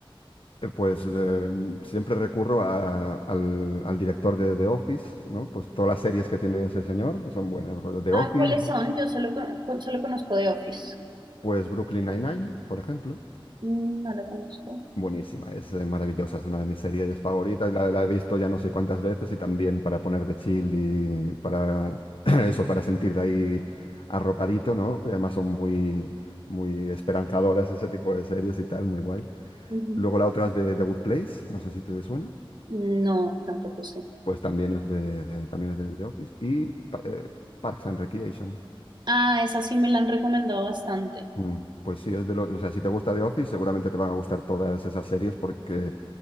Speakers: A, on the left (about 70°); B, on the right (about 55°).
A: Eh, Pues eh, siempre recurro a- al, al director de The Office, ¿no? Pues todas las series que tiene ese señor son buenas. rollo The
B: Ah,
A: Office,
B: ¿cuáles
A: pues
B: son? Yo solo, con- con- solo conozco The Office.
A: pues Brooklyn Nine-Nine, por ejemplo.
B: Mm, No la conozco.
A: Buenísima, es eh, maravillosa, es una de mis series favoritas. La, la he visto ya no sé cuántas veces y también para poner de chill y para <clears throat> eso, para sentir ahí arropadito, ¿no? Y además son muy, muy esperanzadoras ese tipo de series y tal, muy guay.
B: Ujú.
A: Luego la otra es de The Good Place, no sé si te suena.
B: No, tampoco sé.
A: Pues también es de, de- también es de The Office. Y pa- eh, Parks and Recreation.
B: Ah, esa sí me la han recomendado bastante.
A: Mm, Pues sí, es de lo, o sea, si te gusta The Office, seguramente te van a gustar todas esas series porque